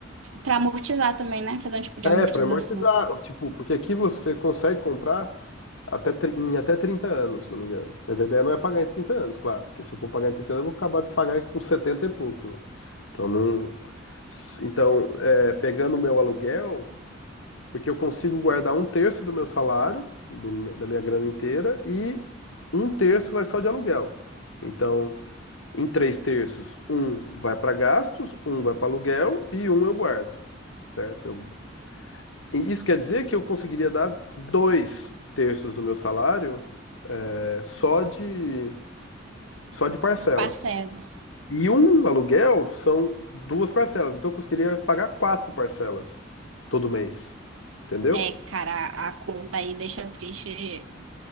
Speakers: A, on the right; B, on the left.
A: Pra amortizar também, né? Fazer um tipo de
B: É,
A: amortização,
B: para amortizar,
A: assim.
B: tipo, porque aqui você consegue comprar até, tri- em até 30 anos, se não me engano. Mas a ideia não é pagar em 30 anos, claro, porque se eu for pagar em 30 anos, eu vou acabar de pagar com 70 e poucos, né? Então, não... S- então é, pegando o meu aluguel, porque eu consigo guardar um terço do meu salário, do me- da minha grana inteira, e um terço vai só de aluguel. Então, em três terços, um vai para gastos, um vai para aluguel e um eu guardo. Certo? Eu e isso quer dizer que eu conseguiria dar dois terços do meu salário, é, só de, só de parcela.
A: Parcelo.
B: E um aluguel são duas parcelas. Então eu conseguiria pagar quatro parcelas todo mês. Entendeu?
A: É, cara, a a conta aí deixa triste